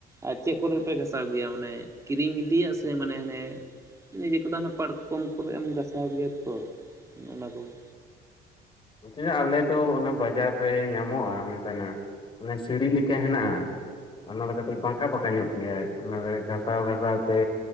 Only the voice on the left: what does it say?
ᱪᱮᱫᱟᱜ ᱟᱞᱮ ᱫᱚ ᱚᱱᱟ ᱵᱟᱡᱟᱨ ᱨᱮ ᱧᱟᱢᱚᱜ-ᱟ ᱚᱱᱠᱟ ᱱᱟᱜ᱾ ᱚᱱᱮ ᱥᱤᱲᱤ ᱞᱮᱠᱟ ᱦᱮᱱᱟᱜ-ᱟ᱾ ᱚᱱᱟ ᱫᱚ ᱠᱟᱹᱴᱤᱡ ᱵᱟᱸᱠᱟ ᱵᱟᱸᱠᱟ ᱧᱚᱜ ᱜᱮᱭᱟ ᱚᱱᱟ ᱨᱮ ᱜᱷᱟᱥᱟᱣ ᱜᱷᱟᱥᱟᱣ ᱛᱮ